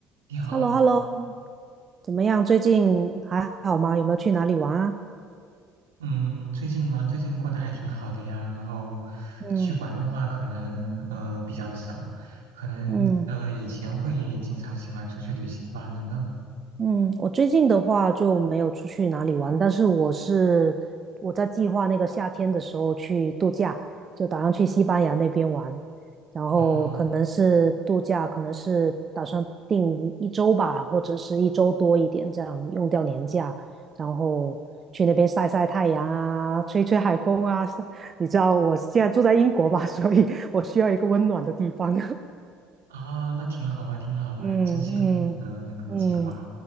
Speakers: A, on the right (about 80°); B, on the right (about 35°).
A: 你好，
B: h e l l o h e l l o 怎么样？最近还好吗？有没有去哪里玩啊？
A: 嗯，最近吗？最近过得还挺好的呀。然后
B: 嗯
A: 去玩的话，可能呃比较少，可能呃以前会经常喜欢出去旅行吧。
B: 嗯，
A: 你呢？
B: 嗯，我最近的话就没有出去哪里玩，但是我是我在计划那个夏天的时候去度假，就打算去西班牙那边玩，然后可能是度假，
A: 哦，
B: 可能是打算定一周吧，或者是一周多一点，这样用掉年假，然后去那边晒晒太阳啊，吹吹海风啊。<laughs> 你知道我现在住在英国吧，<laughs> 所以我需要一个温暖的地方。
A: 啊，那挺好啊，挺好啊，
B: <laughs> 嗯嗯嗯。
A: 真羡慕你的那个计划。